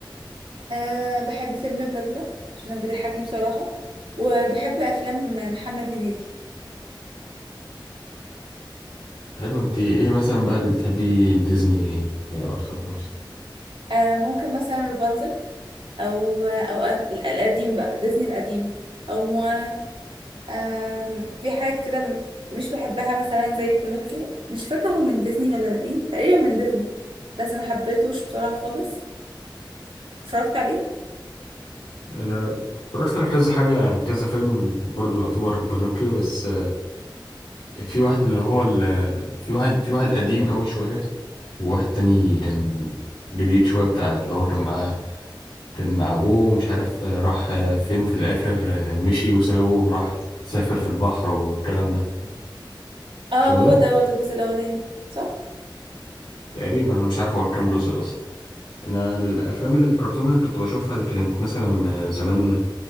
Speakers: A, on the right; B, on the left.
A: أه بحب فيلم البدله عشان بيضحكني بصراحه وبحب افلام محمد هنيدي
B: حلو انت ايه مثلا بقى اللي بتحبي ديزني آه، اكتر مثلا
A: أه ممكن مثلا رابنزل او او أه القديم بقى ديزني القديم او موانا أه في حاجات كده م- مش بحبها مثلا زي بينوكيو مش فاكره هو من ديزني ولا من ايه تقريبا من ديزني بس ما حبيتهوش بصراحه خالص اتفرجت عليه
B: انا اتفرجت على كذا حاجه يعني كذا فيلم برضو يعتبر بنوكيو بس في واحد اللي هو ال... في واحد في واحد قديم قوي شوية وواحد تاني كان جديد شوية بتاع اللي هو كان معاه كان مع أبوه ومش عارف راح فين في الآخر مشي وسابه وراح سافر في البحر والكلام ده
A: اه
B: شو
A: هو
B: ده
A: دوت الجزء الاولاني صح
B: تقريبا أنا مش عارف هو كام جزء أصلا أنا الأفلام الكرتون اللي كنت بشوفها دي كانت مثلا زمان